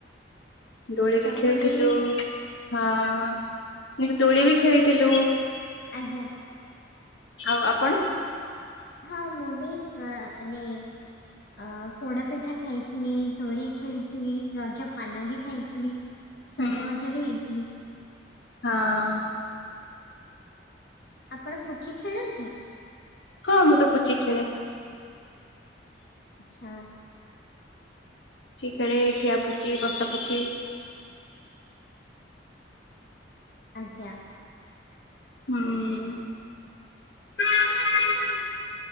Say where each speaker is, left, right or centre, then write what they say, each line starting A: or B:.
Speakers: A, on the left (about 80°); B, on the left (about 55°).
A: ଦୋଳି
B: ଆ ଚକୁଳି
A: ବି ଖେଳିଥିଲୁ ହଁ ମୁଁ କହିଲି ଦୋଳି ବି ଖେଳିଥିଲୁ।
B: ଆଜ୍ଞା।
A: ଆଉ ଆପଣ?
B: ହଁ ମୁଁ ବି ଆନେ ଅ ପୋଡା ପିଠା ଖାଇଥିଲି। ଡୋଳି ଖେଳିଥିଲି ରଜ ପାନ ବି ଖାଇଥିଲି
A: ହୁଁ
B: ସଜବାଜ ବି ହେଇଥିଲି।
A: ହଁ।
B: ଆପଣ ପୁଞ୍ଚି ଖେଳନ୍ତି?
A: ହଁ ମୁଁ ତ ପୁଚି ଖେଳେ।
B: ଆଚ୍ଛା।
A: ପୁଚି ଖେଳେ ଠିଆପୁଚି, ବସାପୁଚି।
B: ଆଜ୍ଞା।
A: ହୁଁ <inaudible>